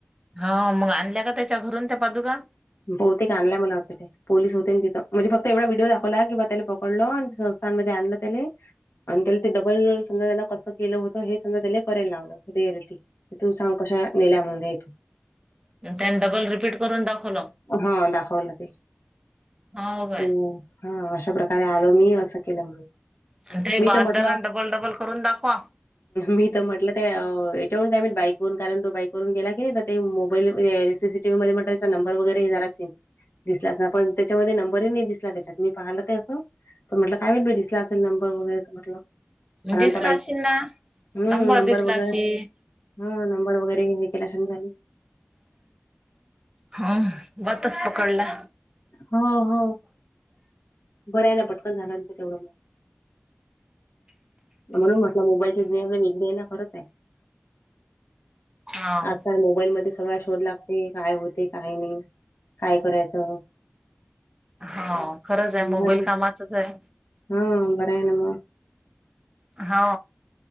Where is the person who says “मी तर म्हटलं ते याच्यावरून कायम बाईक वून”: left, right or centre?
Left